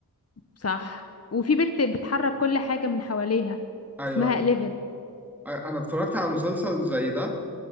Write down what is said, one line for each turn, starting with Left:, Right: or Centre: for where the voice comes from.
Left: صح وفي بنت بتحرك كل حاجة من حواليها
Centre: ايوه
Left: اسمها
Centre: أيوه.
Left: إليفن
Centre: انا اتفرجت على مسلسل زي ده